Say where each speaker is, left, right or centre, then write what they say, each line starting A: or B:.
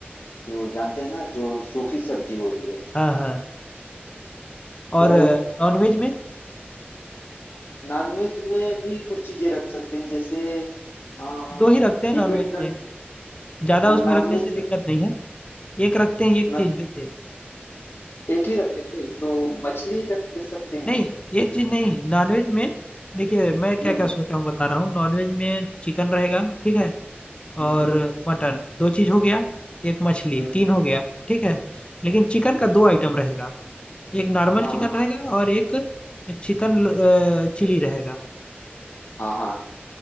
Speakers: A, on the left; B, on the left.
A: जो जानते हैं ना जो सूखी सब्जी होती है
B: हाँ हाँ
A: तो
B: और नॉनवेज में
A: नॉनवेज में भी कुछ चीजें रख सकते हैं जैसे आ,
B: दो ही रखते हैं नॉनवेज
A: डिपेंड कर
B: में ज्यादा
A: नॉनवेज
B: उसमें रखने से दिक्कत
A: में
B: नहीं है एक रखते हैं एक
A: ना,
B: चीज देखिए
A: एक ही रखेंगे तो मछली रख दे सकते हैं
B: नहीं एक चीज नहीं नॉनवेज में देखिए मैं क्या
A: हम्म
B: क्या सोचा हूँ बता रहा हूँ नॉनवेज में चिकन रहेगा ठीक है
A: हम्म
B: और
A: हम्म
B: मटन दो चीज हो गया एक मछली
A: हम्म,
B: तीन
A: हम्म,
B: हो गया ठीक है लेकिन चिकन का दो आइटम रहेगा एक नॉर्मल
A: हाँ
B: चिकन
A: हाँ
B: रहेगा और एक चिकन अ, चिली रहेगा
A: हाँ हाँ